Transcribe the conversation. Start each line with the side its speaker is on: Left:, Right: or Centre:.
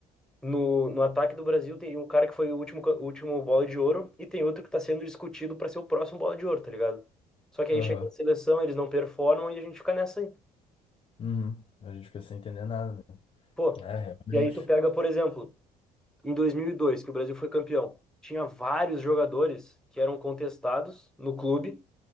Centre: No, no ataque do Brasil tem um cara que foi o último, ca- o último bola de ouro e tem outro que está sendo discutido para ser o próximo bola de ouro, tá ligado? Só que
Left: Aham.
Centre: aí chega na seleção, eles não performam e a gente fica nessa aí.
Left: Uhum. A gente fica sem entender nada, né?
Centre: Pô,
Left: É, realmente.
Centre: e aí tu pega, por exemplo, em 2002, que o Brasil foi campeão, tinha vários jogadores que eram contestados no clube,